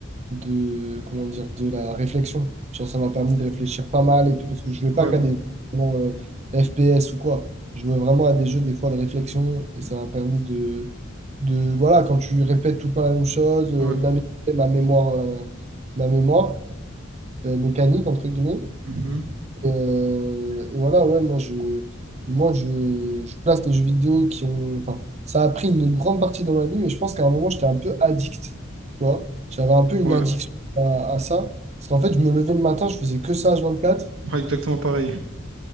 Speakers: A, on the right; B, on the right.
A: de, comment dire, de la réflexion. Genre, ça m'a permis de réfléchir pas mal et tout, parce que je jouais
B: Ouais.
A: pas qu'à des jeux vraiment, euh, FPS ou quoi. Je jouais vraiment à des jeux, des fois, de réflexion, et ça m'a permis de, de, voilà, quand tu répètes tout le temps la même chose, euh,
B: Ouais.
A: d'améliorer ma mémoire, euh, ma mémoire euh, mécanique, entre guillemets,
B: Mhm.
A: et, euh, et voilà, ouais, moi, je, moi je, je place les jeux vidéo qui ont. Enfin, ça a pris une grande partie dans ma vie, mais je pense qu'à un moment, j'étais un peu addict. Tu vois, j'avais un peu une
B: Ouais.
A: addiction à, à ça. Parce qu'en fait, je me levais le matin, je faisais que ça h quatre
B: Ouais, exactement pareil.